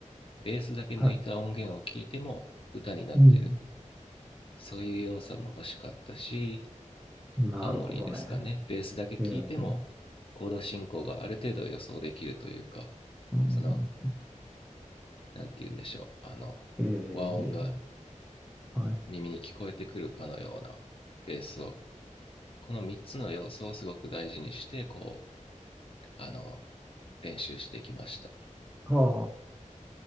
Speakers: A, on the left; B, in the centre.
A: ベースだけ抜いた音源を聞いても歌になってる
B: はい。うん。
A: そういう要素も欲しかったし
B: なるほどね。
A: ハーモニーですかねベースだけ聞いても
B: ええ、ええ、
A: コード進行がある程度予想できるというか
B: うん、
A: そのなんて言うんでしょう、あの、
B: ええ、
A: 和音が
B: ええはい。
A: 耳に聞こえてくるかのようなベースを、この3つの要素をすごく大事にして、こう、あの、練習してきました。
B: は